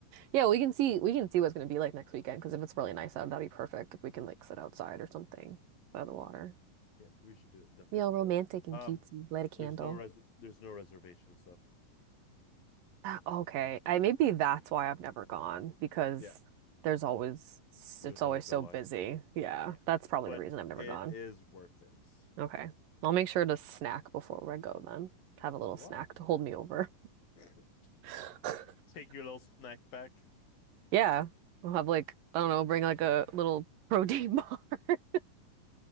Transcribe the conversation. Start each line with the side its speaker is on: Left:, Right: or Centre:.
Right: Yeah, we can see we can see what's gonna be like next weekend because if it's really nice out, that'd be perfect if we can like sit outside or something by the
Left: Yeah,
Right: water.
Left: yeah, we should do definitely
Right: Real romantic
Left: do that.
Right: and
Left: Um,
Right: cutesy. Light a candle.
Left: there's no res there's no reservations though.
Right: Ah, Okay, I maybe that's why I've never gone because
Left: Yeah,
Right: there's always
Left: there's
Right: it's always
Left: always
Right: so
Left: a line.
Right: busy. Yeah,
Left: Yeah,
Right: that's probably
Left: but
Right: the reason I've never
Left: it
Right: gone.
Left: is worth it.
Right: Okay. I'll make sure to snack before I go then. Have a little
Left: Why?
Right: snack to hold me over.
Left: <laughs>
Right: <laughs>
Left: Take your little snack back.
Right: Yeah. I'll have like, I don't know, bring like a little protein <laughs> bar. <laughs>